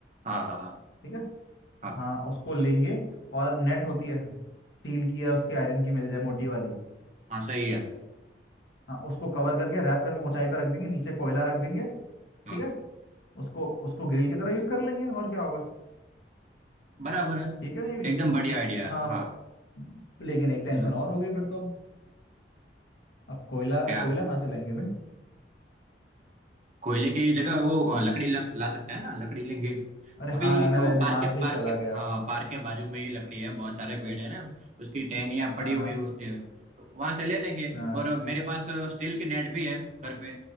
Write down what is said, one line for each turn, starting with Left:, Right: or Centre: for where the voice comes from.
Right: हाँ हाँ हाँ
Left: ठीक है
Right: हाँ
Left: हाँ उसको लेंगे और नेट होती है स्टील की या उसकी आयरन की मिल जाए मोटी वाली
Right: हाँ सही है
Left: हाँ उसको कवर करके रैप करके ऊंचाई पर रख देंगे नीचे कोयला रख देंगे ठीक
Right: हाँ
Left: है उसको उसको ग्रिल की तरह यूज कर लेंगे और क्या होगा
Right: बराबर है
Left: ठीक है ना ये भी
Right: एकदम बढ़िया आइडिया है
Left: हाँ
Right: हाँ
Left: ब- लेकिन एक टेंशन
Right: चलो
Left: और हो गई फिर तो अब अब कोयला
Right: क्या
Left: कोयला कहाँ से लाएंगे भाई
Right: कोयले की जगह वो अ, लकड़ी लग, ला सकते हैं ना लकड़ी लेंगे
Left: अरे
Right: अभी
Left: हाँ यार मेरे
Right: वो
Left: दिमाग
Right: पार्क के
Left: से ही
Right: पार्क
Left: चला
Right: के
Left: गया
Right: हाँ पार्क के बाजू में ही लकड़ी है बहुत सारे पेड़ है ना उसकी टहनियाँ पड़ी
Left: हाँ
Right: हुई
Left: हाँ
Right: होती है तो वहां से ले लेंगे
Left: हाँ
Right: और मेरे पास स्टील की नेट भी है घर पे